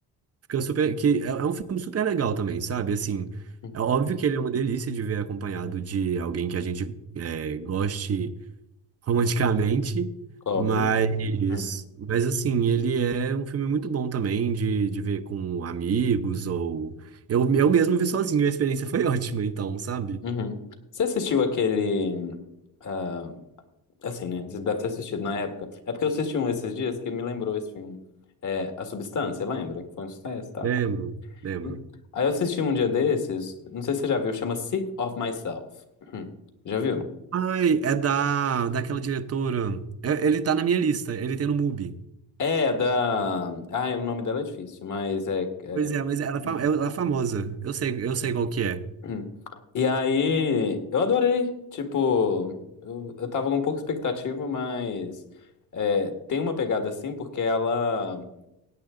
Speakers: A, on the right; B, on the left.
A: Fica super, que é é um filme super legal também, sabe? Assim,
B: hum,
A: é óbvio que ele é uma delícia de ver acompanhado de alguém que a gente é, goste <laughs> romanticamente,
B: óbvio.
A: mas,
B: Hum,
A: mas assim, ele é um filme muito bom também de, de ver com amigos ou... Eu, eu mesmo vi sozinho, e a experiência foi <laughs> ótima, então, sabe?
B: uhum. Você assistiu aquele. ah, assim, né? Você deve ter assistido na época. É porque eu assisti um esses dias que me lembrou esse filme. É, A Substância, lembra? Que foi um sucesso e tal.
A: Lembro, lembro.
B: Hum. Aí eu assisti um dia desses, não sei se você já viu, chama Sick of Myself. Hum, Já viu?
A: Ai, é da, daquela diretora... É- Ele tá na minha lista, ele tem no MUBI.
B: É, da. Ai, o nome dela é difícil, mas é. é-
A: Pois é, mas ela, é fa-
B: hum,
A: é, ela é famosa, eu sei, eu sei qual que é.
B: hum. E aí, eu adorei. Tipo, eu, eu tava com pouca expectativa, mas é, tem uma pegada assim, porque ela,